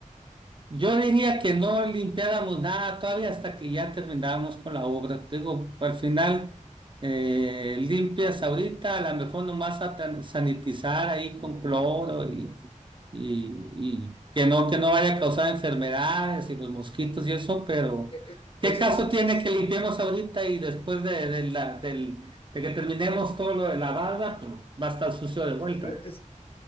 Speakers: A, on the right (about 40°); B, on the left (about 45°).
A: Yo diría que no limpiáramos nada todavía hasta que ya termináramos con la obra. Te Digo, al final eh, limpias ahorita, a lo mejor nomás a tan- sanitizar ahí con cloro y, y, y que no, que no vaya a causar enfermedades y los mosquitos y eso, pero
B: E- e-
A: ¿qué
B: Ese,
A: caso
B: ese,
A: tiene
B: ese es,
A: que limpiemos ahorita y después de, de la, del, de que terminemos todo lo de la barda, pues va a estar sucio de vuelta?
B: pero es-